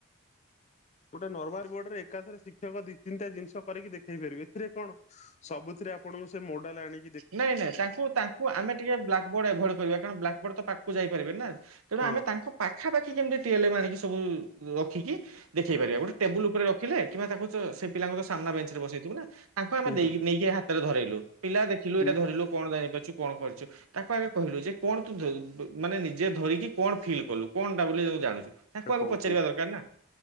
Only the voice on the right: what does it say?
ନାଇଁ ନାଇଁ ତାଙ୍କୁ ତାଙ୍କୁ ଆମେ ଟିକେ ବ୍ଲାକ୍ ବୋର୍ଡ ଏ ଭଳି କରିବା କାରଣ ବ୍ଲାକ୍ ବୋର୍ଡ ତ ପାଖକୁ ଯାଇାପାରିବେନି ନା ତେଣୁଆମେ
ତାଙ୍କ ପାଖା ପା <unintelligible> କେମିତି ଟିଏଲେମ୍ ଆଣିକି ସବୁ ରଖିକି ଦେଖେଇ ପାରିବା ଗୋଟେ ଟେବୁଲ ଉପରେ ର ଥିଲେ କିମ୍ବା ତାକୁ ତ ସେ ପିଲାଙ୍କୁ ତ ସାମ୍ନା ବେଞ୍ଚ ରେ ବସେଇଥିବୁ ନା। ତାଙ୍କୁ ଆମେ
ଦେଇକି
ନେଇକି ହାତରେ ଧରାଇଲୁ ପିଲା ଦେଖିଲୁ
ଏଇଟା ଧରିଲୁ କଣ ଜାଣିପାରୁଚୁ କଣ କରିଛୁ। ତାକୁ ଆଗେ କହିଲୁ ଯେ କଣ ତୁ ଧ ବ ମାନେ ନିଜେ ଧରିକି କଣ ଫିଲ୍ କଲୁ କଣ ଟା ବୋଲି ଜାଣୁଚୁ। ତାକୁ ଆଗ
ପଚାରିବା ଦରକାର ନା